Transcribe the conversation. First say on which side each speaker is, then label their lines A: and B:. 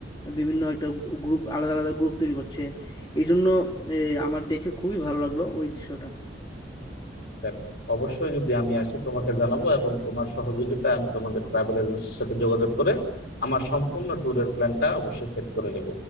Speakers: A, on the left; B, on the left.
A: বিভিন্ন একটা গ্রুপ আলাদা আলাদা গ্রুপ তৈরি করছে এই জন্য এ, আমার দেখে খুবই ভালো লাগলো ওই দৃশ্যটা
B: দেখ অবশ্যই যদি আমি আসি তোমাকে জানাবো এবং তোমার সহযোগিতায় আমি তোমাদের ট্রাভেল এজেন্সির সাথে যোগাযোগ করে আমার সম্পূর্ণ ট্যুরের প্ল্যানটা অবশ্যই সেট করে নেব